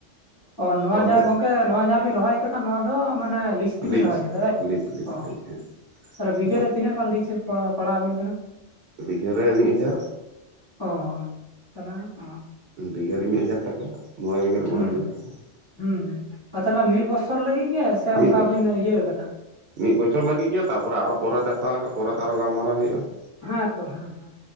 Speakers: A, on the left; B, on the right.
A: ᱚ ᱱᱚᱣᱟ ᱡᱟᱦᱟᱸ
B: ᱠᱟᱛᱮ
A: ᱜᱚᱢᱠᱮ ᱱᱚᱣᱟ ᱡᱟᱦᱟᱸ ᱵᱮᱱ ᱨᱚᱦᱚᱭ ᱟᱠᱟᱫᱟ ᱱᱚᱣᱟ ᱫᱚ ᱢᱟᱱᱮ ᱞᱤᱥ ᱞᱤᱡᱽ ᱛᱮ ᱵᱮᱱ
B: ᱞᱤᱡ
A: ᱨᱚᱦᱚᱭ ᱟᱠᱟᱫᱟ
B: ᱞᱤᱡ ᱞᱤᱡ
A: ᱚ
B: ᱞᱤᱡ ᱦᱮᱸ
A: ᱛᱟᱦᱚᱞᱮ ᱵᱤᱜᱷᱟᱹ
B: ᱟᱫᱚ
A: ᱨᱮ ᱛᱤᱱᱟᱹᱜ ᱜᱟᱱ ᱞᱤᱡᱽ ᱯᱟᱲᱟᱣᱟᱵᱮᱱ ᱠᱟᱱᱟ
B: ᱵᱤᱜᱷᱟᱹ ᱨᱮ ᱢᱤᱫ ᱦᱟᱡᱟᱨ
A: ᱚ ᱛᱟᱦᱚᱞᱮ ᱚ
B: ᱵᱤᱜᱷᱟᱹ ᱨᱮ ᱢᱤᱫ ᱦᱟᱡᱟᱨ ᱴᱟᱠᱟ ᱢᱚᱬᱮ ᱵᱤᱜᱷᱟᱹ ᱨᱮ
A: ᱦᱩᱸ
B: ᱢᱚᱬᱮ ᱦᱟᱡᱟᱨ ᱴᱟᱠᱟ
A: ᱦᱩᱸ ᱟ ᱛᱟᱦᱚᱞᱮ ᱢᱤᱫ ᱵᱚᱪᱷᱚᱨ ᱞᱟᱹᱜᱤᱫ ᱜᱮ ᱥᱮ
B: ᱢᱤᱫ
A: ᱚᱱᱠᱟ
B: ᱵᱚᱪᱷᱚᱨ
A: ᱵᱮᱱ ᱤᱭᱟᱹ ᱟᱠᱟᱫᱟ
B: ᱢᱤᱫ ᱵᱚᱪᱷᱚᱨ ᱞᱟᱹᱜᱤᱫ ᱜᱮ ᱛᱟᱯᱚᱨ ᱟᱨᱚ ᱯᱚᱨᱮ ᱦᱟᱛᱟᱣ ᱞᱮᱠᱷᱟᱡ ᱯᱚᱨᱮᱛᱮ ᱟᱨᱚ ᱜᱟᱞᱢᱟᱨᱟᱣ ᱦᱩᱭᱩᱜ-ᱟ ᱾
A: ᱦᱮᱸ ᱛᱚ ᱦᱮᱸ ᱦᱮᱸ